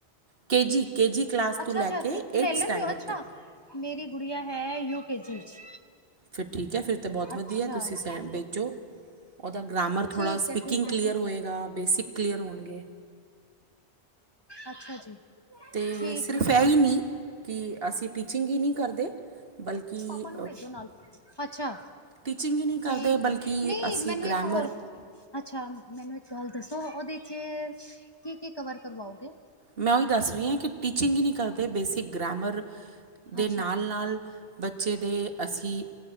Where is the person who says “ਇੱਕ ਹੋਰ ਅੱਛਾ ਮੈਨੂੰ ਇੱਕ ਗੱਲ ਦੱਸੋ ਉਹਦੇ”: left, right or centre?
Left